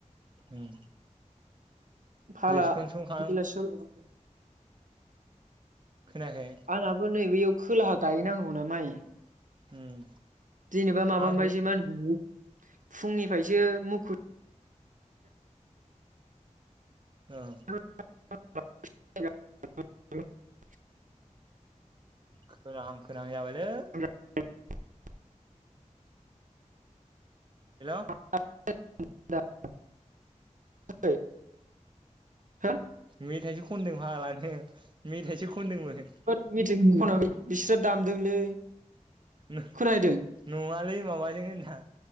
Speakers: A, on the right; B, on the right.
A: उम।
B: <unintelligible>
A: रेसपन्सखौनो खालाम खोनायाखै।
B: आंहाबो नै बैयाव खोलाहा गायहैनांगौ ना माइ।
A: उम।
B: जेनेबा माबानिफायसो
A: आंबो
B: <unintelligible> फुंनिफायसो मुखुब
A: ओं।
B: <unintelligible>
A: खोनाहां खोनाहां जाबायलै।
B: <unintelligible>
A: हेलौ
B: <unintelligible>
A: मेथाइसो खनदों मालानो मेथाइसो खनदोंमोन।
B: होद मेथाय खनाखै बिसोरो दामदोंलै।
A: नो
B: खोनाहैदों
A: नंङालै माबाजों होनदां